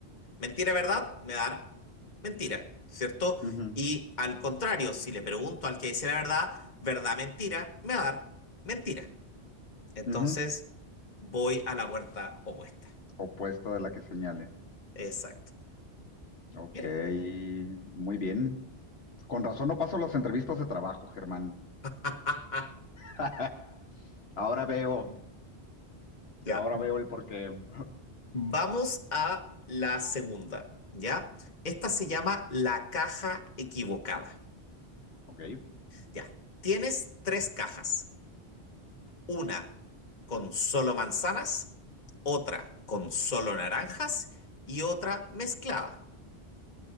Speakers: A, on the left; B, on the left.
A: Mentira, verdad, me va a dar mentira, ¿cierto?
B: ujú,
A: Y al contrario, si le pregunto al que dice la verdad, verdad, mentira, me va a dar mentira. Entonces
B: ujú.
A: voy a la puerta opuesta.
B: Opuesta de la que señale.
A: Exacto.
B: Ok,
A: Mira.
B: muy bien. Con razón no paso las entrevistas de trabajo, Germán.
A: <laughs>
B: <laughs> Ahora veo,
A: Ya.
B: ahora veo el porqué. <laughs>
A: Vamos a la segunda. Ya. Esta se llama la caja equivocada.
B: Ok,
A: Ya. Tienes tres cajas. Una con solo manzanas, otra con solo naranjas y otra mezclada.